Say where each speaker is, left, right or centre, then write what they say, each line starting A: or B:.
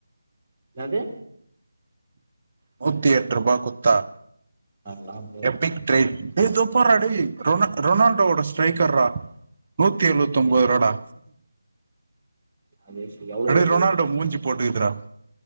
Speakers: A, on the right; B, on the right.
A: இன்னாது
B: நூத்தியெட்ருபா குத்தா
A: அதலாம்
B: எப்பிக் ட்ரெய்டு டேய் இதோ பார்ரா டேய் ரொனா ரொனால்டோவோட ஸ்ட்ரைக்கர்றா நூத்தி எழுவத்தொம்போதுருபா
A: எ
B: டா
A: அது வேஸ்ட்டு எவ்ளோ
B: அப்டியே
A: இது
B: ரொனால்டோ மூஞ்சி போட்டுக்குதுறா